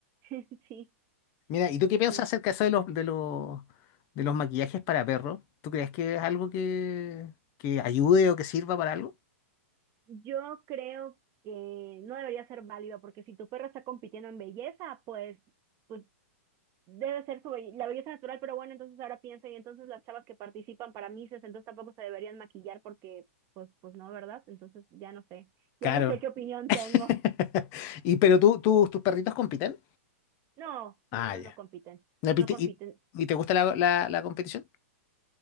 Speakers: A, on the right (about 35°); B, on the left (about 40°).
A: <laughs> Sí,
B: Mira, ¿y tú qué piensas
A: sí.
B: acerca de eso de los, de los, de los maquillajes para perros? ¿Tú crees que es algo que, que ayude o que sirva para algo?
A: Yo creo que no debería ser válida porque si tu perro está compitiendo en belleza, pues, pues debe ser su belle- la belleza natural, pero bueno, entonces ahora pienso, y entonces las chavas que participan para Misses entonces tampoco se deberían maquillar porque, pues, pues no, ¿verdad? Entonces ya no sé,
B: Claro.
A: ya no sé qué opinión tengo.
B: <laughs>
A: <laughs>
B: ¿Y pero tú, tú- tus perritos compiten?
A: No,
B: Ah,
A: no, no,
B: ya.
A: no compiten,
B: ¿Y,
A: no
B: te
A: compiten.
B: y- y te gusta la, la- la competición?